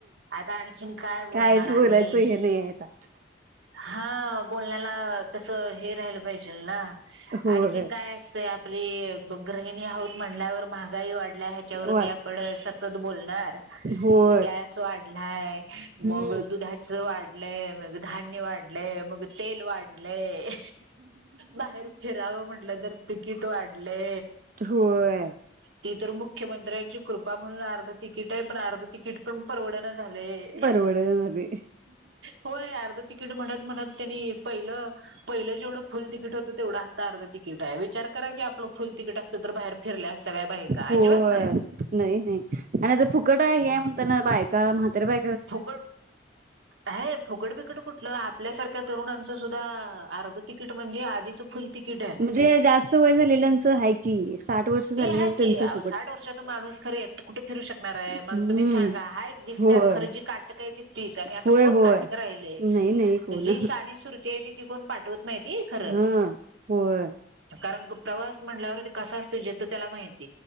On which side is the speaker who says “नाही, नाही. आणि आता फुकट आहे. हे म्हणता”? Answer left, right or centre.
Right